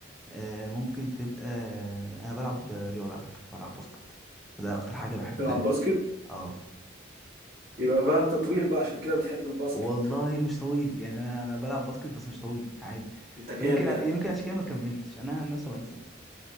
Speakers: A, in the centre; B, on the right (about 50°).
A: آه، ممكن تبقى انا بلعب رياضه على فكره بلعب باسكت ده اكتر حاجه بحبها
B: تلعب باسكت
A: اه
B: يبقى بقى انت طويل بقى عشان كده بتحب الباسكت
A: والله مش طويل يعني انا انا بلعب باسكت بس مش طويل عادي
B: انت كام
A: ويمكن
B: يعني
A: ع- يمكن عشان كده ما كملتش انا 170 سم